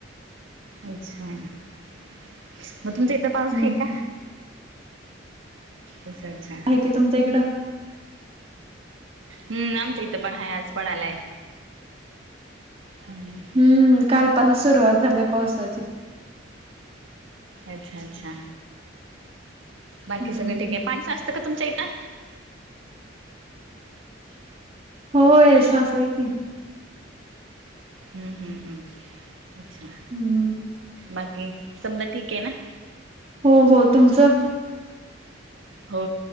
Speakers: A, on the right (about 80°); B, on the right (about 30°).
A: अच्छा मग तुमचा इथं पाऊस
B: हम्म
A: आहे का? अच्छा अच्छा
B: ते तुमच्या इकड
A: हम् आमचं इथं पण आहे. आज पण आलाय. ह.
B: हम्म, कालपण सुरुवात झाल्या पावसाची.
A: अच्छा अच्छा, बाकी सगळ
B: हम्म
A: ठीक आहे. पाणी साचत का तुमच्या इथं?
B: होय सासंय की,
A: हम्म, हम् हम् अच्छा.
B: हम्म
A: बाकी समद ठीक आहे ना?
B: हो हो. तुमचं?
A: हो.